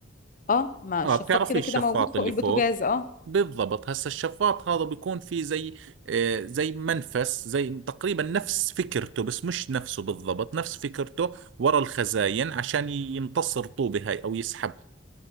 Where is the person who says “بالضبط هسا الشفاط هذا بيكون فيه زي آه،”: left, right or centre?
Right